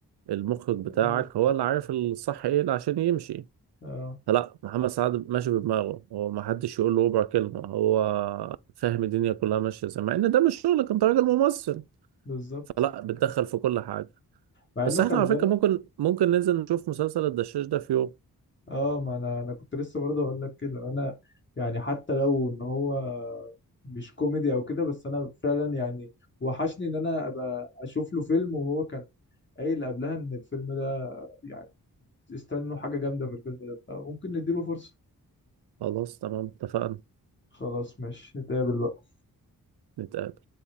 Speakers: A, on the right; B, on the left.
A: المخرج
B: المخ
A: بتاعك هو اللي عارف الصح ايه عشان يمشي
B: اه
A: فلا محمد سعد ماشي بدماغه هو ما حدش يقول له ربع كلمة هو فاهم الدنيا كلها ماشية ازاي مع ان ده مش شغلك انت راجل ممثل
B: بالظبط
A: فلا بتدخل في كل حاجة
B: مع
A: بس
B: انه خلي
A: احنا على
B: بالك
A: فكرة ممكن ممكن ننزل نشوف مسلسل الدشاش ده في يوم
B: اه ما انا انا كنت لسه برضه اقول لك كده انا يعني حتى لو ان هو مش كوميدي او كده بس انا فعلا يعني وحشني ان انا ابقى اشوف له فيلم وهو كان قايل قبلها ان الفيلم ده يعني استنوا حاجة جامدة في الفيلم ده فممكن نديله فرصة
A: خلاص تمام اتفقنا
B: خلاص ماشي نتقابل بقى
A: نتقابل